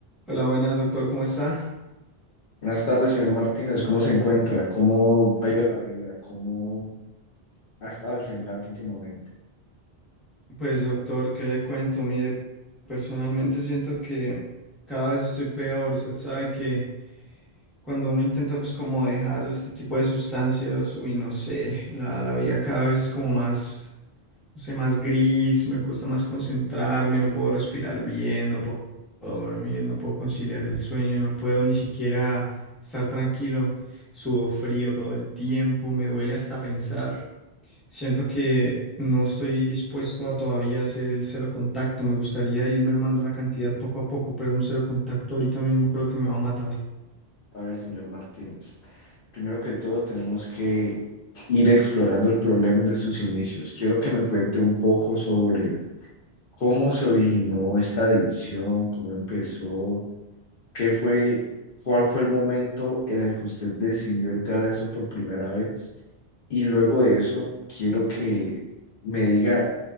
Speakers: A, in the centre; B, on the left.
A: Hola, buenas, doctor, ¿cómo está?
B: Buenas tardes, señor Martínez. ¿Cómo se encuentra? ¿Cómo ha ido la vida? ¿Cómo ha estado el semblante últimamente?
A: Pues, doctor, ¿qué le cuento? Mire, personalmente siento que cada vez estoy peor. Usted sabe que cuando uno intenta, pues, como dejar este tipo de sustancias, uy, no sé, la, la vida cada vez es como más, no sé, más gris, me cuesta más concentrarme, no puedo respirar bien, no puedo puedo dormir, no puedo conciliar el sueño, no puedo ni siquiera estar tranquilo, sudo frío todo el tiempo, me duele hasta pensar. Siento que no estoy dispuesto a todavía hacer el cero contacto. Me gustaría ir mermando la cantidad poco a poco, pero un cero contacto ahorita mismo creo que me va a matar.
B: A ver, señor Martínez. Primero que todo, tenemos que ir explorando el problema de sus inicios. Quiero que me cuente un poco sobre cómo se originó esta adicción, cómo empezó, qué fue, cuál fue el momento en el que usted decidió entrar a eso por primera vez. Y luego de eso, quiero que me diga